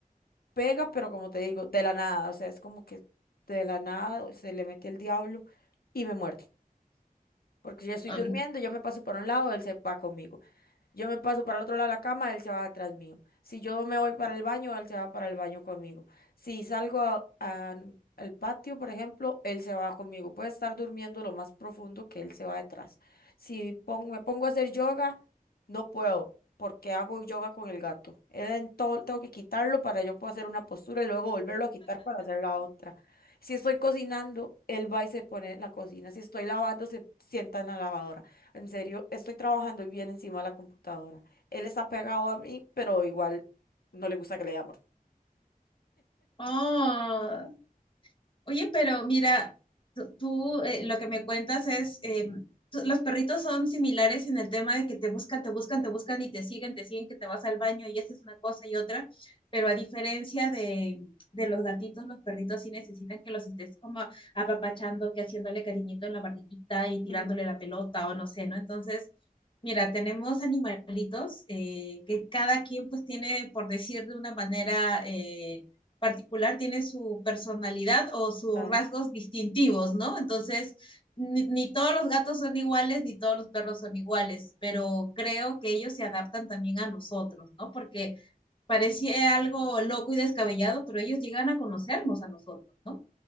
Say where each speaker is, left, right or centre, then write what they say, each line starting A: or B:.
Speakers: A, on the left; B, on the left.
A: pega, pero como te digo, de la nada, o sea, es como que de la nada se le mete el diablo y me muerde. Porque yo estoy
B: Um,
A: durmiendo, yo me paso para un lado, él se va conmigo. Yo me paso para el otro lado de la cama, él se va atrás mío. Si yo me voy para el baño, él se va para el baño conmigo. Si salgo a- a- al patio, por ejemplo, él se va conmigo. Puede estar durmiendo lo más profundo que él se va detrás. Si pon- me pongo a hacer yoga, no puedo, porque hago yoga con el gato. Él en todo, tengo que quitarlo para yo poder hacer una postura y luego volverlo a quitar para hacer la otra. Si estoy cocinando, él va y se pone en la cocina. Si estoy lavando, se sienta en la lavadora. En serio, estoy trabajando y bien encima de la computadora. Él está pegado a mí, pero igual no le gusta que le dé amor.
B: oh, Oye, pero mira, tú, tú, eh, lo que me cuentas es, eh, tú- los perritos son similares en el tema de que te buscan, te buscan, te buscan y te siguen, te siguen, que te vas al baño y haces una cosa y otra, pero a diferencia de, de los gatitos, los perritos sí necesitan que los estés como apapachando, que haciéndole cariñito en la barriguita y tirándole
A: Ujú,
B: la pelota o no sé, ¿no? Entonces, mira, tenemos animalitos eh, que cada quien pues tiene, por decir de una manera... eh, particular tiene su personalidad o sus
A: Total.
B: rasgos distintivos, ¿no? Entonces, ni, ni, todos los gatos son iguales, ni todos los perros son iguales, pero creo que ellos se adaptan también a nosotros, ¿no? Porque parecía algo loco y descabellado, pero ellos llegan a conocernos a nosotros, ¿no?